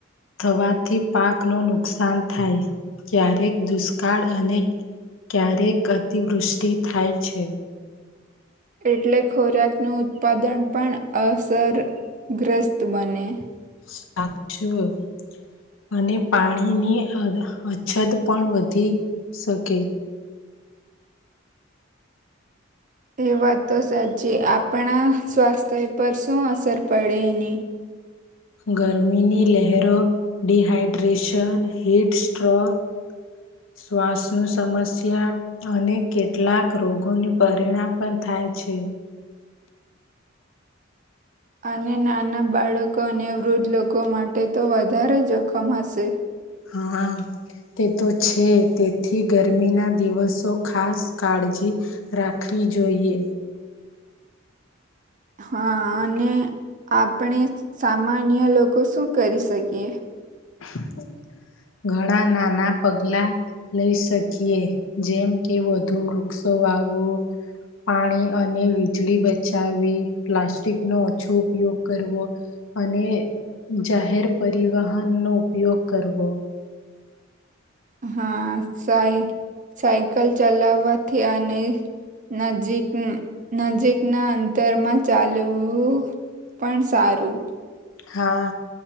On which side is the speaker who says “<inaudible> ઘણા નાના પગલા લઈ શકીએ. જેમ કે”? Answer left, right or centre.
Left